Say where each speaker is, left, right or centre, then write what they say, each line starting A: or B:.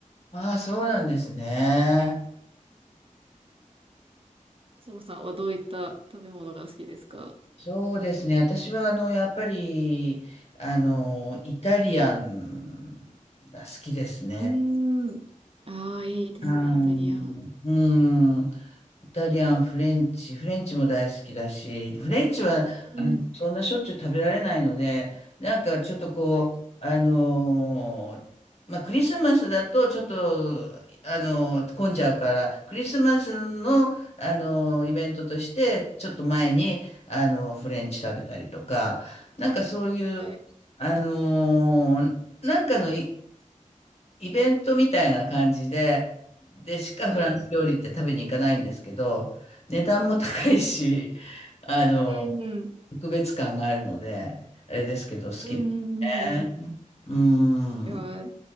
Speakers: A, on the left (about 50°); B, on the right (about 45°).
A: ああ、そうなんですね。
B: そのさんはどういった食べ物が好きですか
A: そうですね。私は、あの、やっぱり、あの、イタリアンが好きですね。
B: うーん。ああ、いいですね、
A: うーうん。
B: イタリアン。
A: イタリアン、フレンチ、フレンチも大好きだし、フレンチはあのそんなしょっちゅう食べられないので、
B: うん。
A: なんかちょっとこう、
B: はい、
A: あのーまあ、クリスマスだとちょっと、あのー混んじゃうから、クリスマスの、あのーイベントとして、ちょっと前に、あのーフレンチ食べたりとか、なんかそういう、
B: はい、
A: あのーなんかのいイベントみたいな感じで、でしかフランス料理って食べに行かないんですけど、
B: はい。
A: 値段も高いし、<laughs> あの、
B: うん、うん、
A: 特別感があるので、あれですけど、好きで
B: うん、うん、うんうん。
A: ね。うん。
B: いやー、